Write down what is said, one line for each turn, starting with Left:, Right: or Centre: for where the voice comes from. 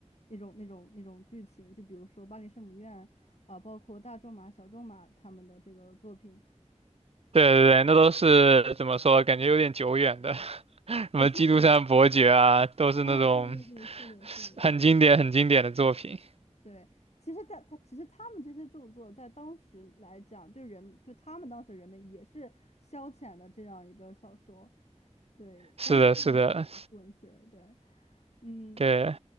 Left: 那种那种那种剧情，就比如说《巴黎圣母院》啊、包括大仲马、小仲马他们的这个作品。
Right: 对对对，那都是怎么说？感觉有点久远的，<laughs> 什么《基督山伯爵》啊，
Left: 啊，确实
Right: 都是那种
Left: 啊，对对对，是的，是的，
Right: 很经典、很经典的作品。
Left: 对，其实他他其实他们这些著作在当时来讲，对人对他们当时人们也是消遣的这样一个小说。对，
Right: 是的，
Left: 但是。
Right: 是的。
Left: 文学，对，嗯，
Right: 对，